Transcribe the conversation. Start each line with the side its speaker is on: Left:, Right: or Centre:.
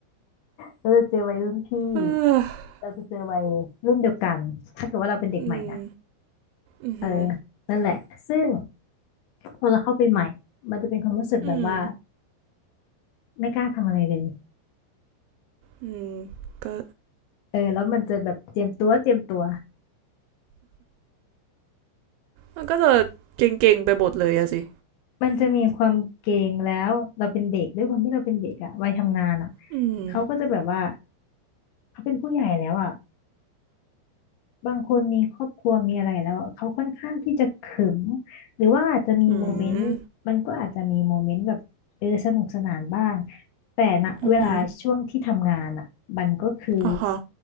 Left: เราจะเจอวัยรุ่นพี่
Right: เออ
Left: เราจะเจอวัยรุ่นเดียวกันถ้าเกิดว่าเราเป็นเด็กใหม่นะ
Right: อืมอือหือ
Left: เออนั่นแหละซึ่งพอเราเข้าไปใหม่มันจะเป็นความรู้สึกแบบว่า
Right: อืม
Left: ไม่กล้าทำอะไรเลย
Right: อืมก็
Left: เออแล้วมันจะแบบเจียมตัวเจียมตัว
Right: มันก็จะเก่งๆไปหมดเลยอะสิ
Left: มันจะมีความเกรงแล้วเราเป็นเด็กด้วยความที่เราเป็นเด็กอะวัยทำงานอะ
Right: อืม
Left: เขาก็จะแบบว่าเขาเป็นผู้ใหญ่แล้วอะบางคนมีครอบครัวมีอะไรแล้วอะเขาค่อนข้างที่จะขรึมหรือว่าอาจจะมีโมเมนต์มันก็อาจจะมีโมเมนต์แบบเออสนุกสนานบ้าง
Right: อืม
Left: แต่ณเวลาช่วงที่ทำงานอะมันก็คือ
Right: อือฮึอ่าฮะ